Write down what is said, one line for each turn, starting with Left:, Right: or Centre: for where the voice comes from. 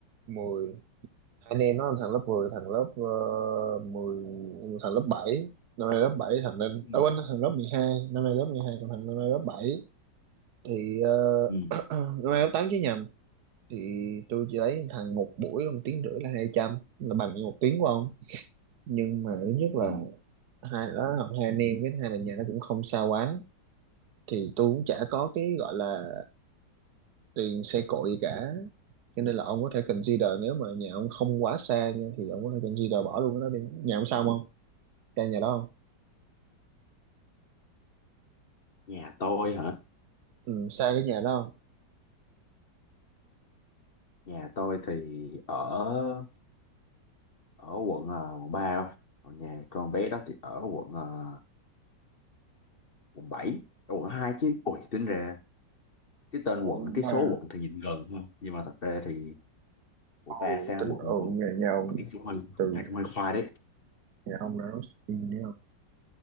Right: mười anh em nó thằng lớp mười thằng lớp uh, 10 thằng lớp bảy năm nay lớp bảy thằng lên
Left: Ừ.
Right: ở quên thằng lớp 12 năm nay lớp mười hai còn thằng năm nay lớp bảy thì ờ,
Left: ừ
Right: <clears throat> năm nay lớp 8 chứ nhầm thì tôi chỉ lấy thằng một buổi một tiếng rưỡi là hai trăm là bằng như một tiếng của ông nhưng mà thứ nhất là
Left: Ừ.
Right: hai là học hai anh em cái thứ hai là nhà nó cũng không xa quá thì tôi cũng chả có cái gọi là tiền xe cộ gì cả cho nên là ông có thể consider nếu mà nhà ông không quá xa nha thì ông có thể consider bỏ luôn cái đó đi nhà ông sao không Xa nhà đó không?
Left: Nhà tôi hả?
Right: Ừ, xa cái nhà đó không?
Left: Nhà tôi thì ở ở quận ờ, quận ba không? Còn nhà con bé đó thì ở quận ờ, quận 7, ở quận 2 chứ. Ui tính ra cái tên quận,
Right: Ủa
Left: cái
Right: mà
Left: số quận thì nhìn gần thôi, nhưng mà thật ra thì quận 3
Right: ồ
Left: sang
Right: tính
Left: quận
Right: ở
Left: quận
Right: nhà nhà
Left: 7
Right: ông
Left: cũng hơi cũng
Right: từ
Left: hai cũng hơi khoai đấy.
Right: nhà ông ra đó đi nữa không